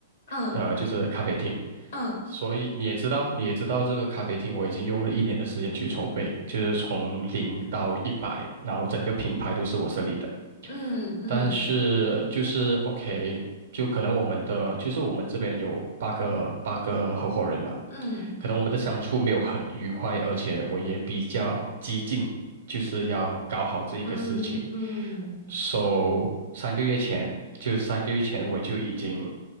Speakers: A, on the left; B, on the right.
A: 嗯
B: 呃就是咖啡厅，
A: 嗯
B: 所以你也知道，你也知道这个咖啡厅我已经用了一年的时间去筹备，就是从零到一百，然后整个品牌都是我设立的。
A: 嗯嗯
B: 但是就是 OK，就可能我们的就是我们这边有八个八个合伙人嘛，
A: 嗯
B: 可能我们的相处没有很愉快，而且我也比较激进，就是要搞好这一个事情。
A: 嗯嗯
B: So 三个月前，就三个月前我就已经。